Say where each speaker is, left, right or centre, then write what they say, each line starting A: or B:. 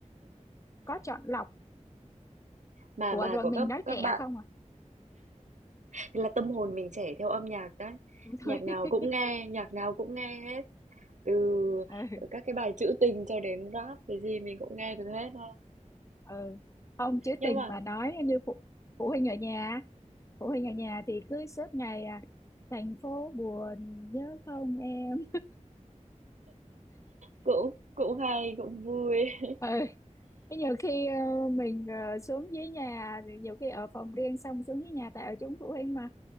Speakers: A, on the left (about 25°); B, on the right (about 70°).
A: có chọn lọc
B: Mà
A: ủa
B: bài
A: rồi
B: của
A: mình
B: các
A: nói
B: các
A: trẻ
B: bạn
A: không à
B: thì là tâm hồn mình trẻ theo âm nhạc đấy.
A: <laughs>
B: Nhạc nào cũng nghe, nhạc nào cũng nghe hết. từ
A: thôi
B: các cái bài trữ tình cho đến Rap, cái gì mình cũng nghe được hết ha.
A: ừ không chứ
B: Nhưng
A: tình
B: mà
A: mà nói như phụ, phụ huynh ở nhà phụ huynh ở nhà thì cứ suốt ngày à, thành phố buồn nhớ không em
B: cũng cũng hay, cũng vui. <laughs>
A: ừ thế nhiều khi ờ, mình ờ, xuống dưới nhà thì nhiều khi ở phòng riêng xong xuống dưới nhà tại ở chúng phụ huynh mà